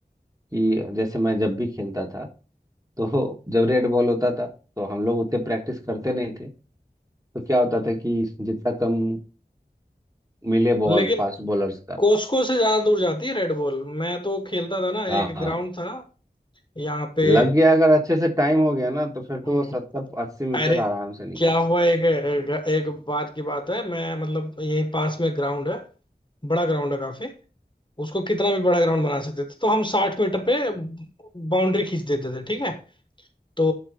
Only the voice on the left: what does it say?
लेकिन
कोस्को से ज्यादा दूर जाती है रेड बॉल मैं तो खेलता था ना
एक
ग्राउंड था यहाँ पे
हम्म,
अरे
क्या हुआ एक एक बात की बात है मैं मतलब यही पास में ग्राउंड है बड़ा ग्राउंड है काफी उसको कितना भी बड़ा ग्राउंड बना सकते थे तो हम साठ मीटर पे बाउंड्री खींच देते थे ठीक है तो